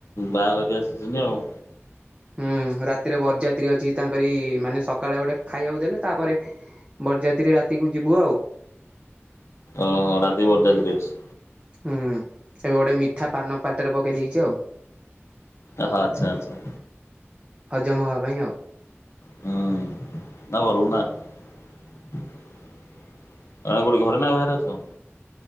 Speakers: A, on the left (about 75°); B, on the right (about 25°).
A: ବାହାଘରିଆ ସିଜିନି ଆଉ।
B: ହୁଁ ରାତିରେ ବରଯାତ୍ରୀ ଅଛି ତାଙ୍କରି ମାନେ ସକାଳେ ଗୋଟେ ଖାଇବାକୁ ଦେଲେ। ତାପରେ ବରଯାତ୍ରୀ ରାତିକୁ ଯିବୁ ଆଉ।
A: ଓ ହୋ ରାତି ବରଯାତ୍ରୀ ଅଛି।
B: ହୁଁ ଏବେ ଗୋଟେ ମିଠା ପାନ ପାଟିରେ ପକେଇ ଦେଇଛି ଆଉ।
A: ଅ ହ ଆଚ୍ଛା ଆଛା।
B: ହଜମା ହବା ପାଇଁ ଆଉ
A: ହୁଁ ନା ଭଲ ନା ଏଇନା କୋଉଠି ଘରେ ନା ବାହାରେ ଅଛ।